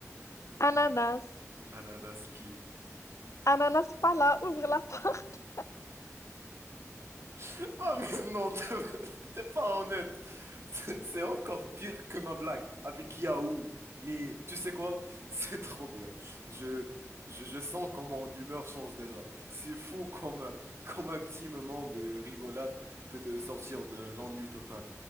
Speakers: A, on the left; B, on the right.
A: Ananas.
B: Ananas qui?
A: Ananas, pas là, ouvre la <laughs> porte.
B: <laughs> Oh mais non, t'es t'es pas honnête. C'est c'est encore pire que ma blague avec Yahoo. Mais tu sais quoi? C'est trop bien. Je, je, je sens comment mon humeur change déjà. C'est fou comme, comme un petit moment de rigolade peut te sortir de l'ennui total.